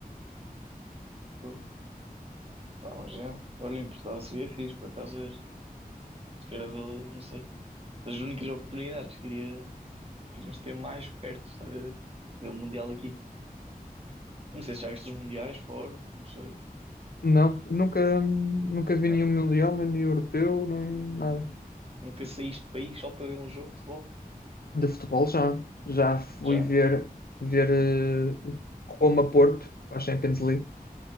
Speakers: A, on the right (about 40°); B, on the left (about 75°).
A: Fogo. Pá, Vamos ver. Olha, em Portugal seria fixe, por acaso ver. Acho era, de- não sei, das únicas oportunidades que iria, que iríamos ter mais perto, estás a ver? Ver o Mundial aqui. Não sei se já viste os Mundiais fora, não sei.
B: Não, nunca, nunca vi
A: Não?
B: nenhum Mundial, nem europeu, nem nada.
A: Nunca saíste do país só para ver um jogo de futebol.
B: De futebol já. Já fui
A: Já?
B: ver, ver eh, o Roma-Porto para a Champions League.